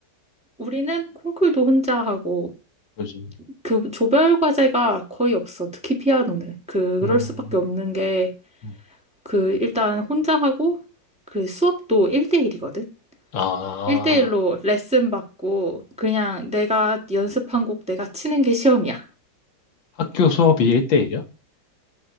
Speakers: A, in the centre; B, on the left (about 85°).
A: 우리는 콩쿨도 혼자 하고,
B: 그지.
A: 그 조별 과제가 거의 없어. 특히 피아노는. 그, 그럴
B: 음,
A: 수밖에 없는 게,
B: 음.
A: 그, 일단 혼자 하고, 그 수업도 1대1이거든?
B: 아.
A: 1대1로 레슨 받고, 그냥 내가 연습한 곡 내가 치는 게 시험이야.
B: 학교 수업이 1대1이야?